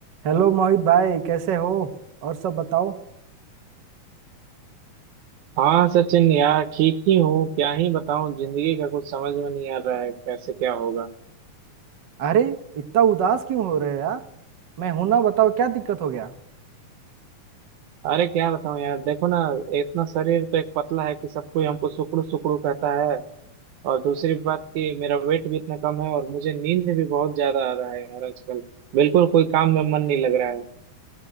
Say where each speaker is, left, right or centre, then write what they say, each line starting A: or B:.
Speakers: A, on the right; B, on the right.
A: Hello Mohit भाई कैसे हो और सब बताओ
B: हाँ सचिन यार ठीक ही हूँ क्या ही बताऊँ जिंदगी का कुछ समझ में नहीं आ रहा है कैसे क्या होगा
A: अरे इतना उदास क्यों हो रहे हो यार मैं हूं ना बताओ क्या दिक्कत हो गया
B: अरे क्या बताऊँ यार देखो ना इतना शरीर तो एक पतला है कि सब कोई हमको सुकड़ू सुकड़ू कहता है और दूसरी बात कि मेरा वेट भी इतना कम है और मुझे नींद भी बहुत ज्यादा आ रहा है यार आजकल बिल्कुल कोई काम में मन नहीं लग रहा है